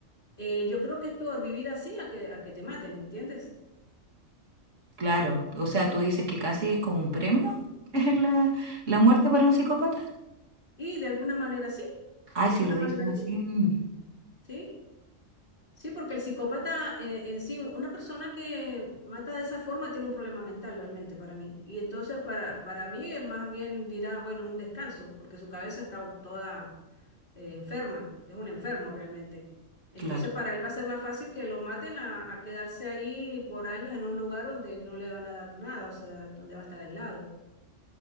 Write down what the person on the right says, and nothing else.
claro. O sea, tú dices que casi es como un premio <laughs> la, la muerte para un psicópata.
Ay,
si
lo dices
así,
mm,
claro.